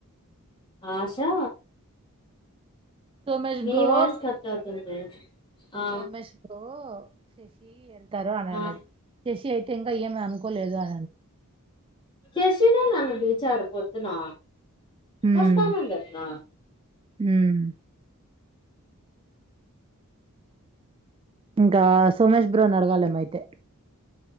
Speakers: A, on the left; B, on the right.
A: ఆశా
B: సోమేష్
A: మీ
B: బ్రో
A: వాస్ కట్ అవుతుంది ఆ
B: సోమేష్ బ్రో శశి ఎ అని
A: ఆ
B: అన్నాడు చెసి అయితే అయ్యామ అనుకోలేదు ఆ
A: చేసిన న లేచాడు పోదునా
B: ఉమ్
A: వస్త ఆనందత్నా
B: ఉమ్ ఇంకా సోమేష్ బ్రో అని అడగాలేమో అయితే